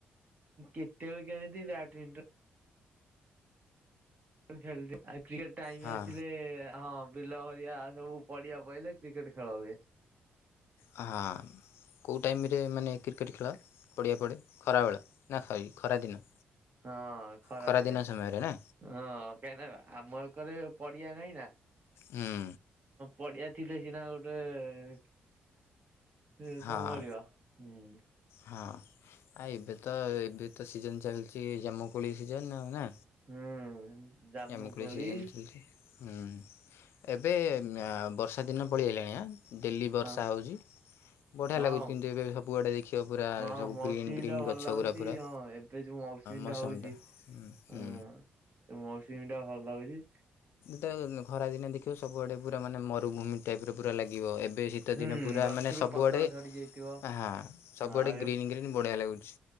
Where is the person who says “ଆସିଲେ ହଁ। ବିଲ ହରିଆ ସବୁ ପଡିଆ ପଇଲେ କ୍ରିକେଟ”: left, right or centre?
Right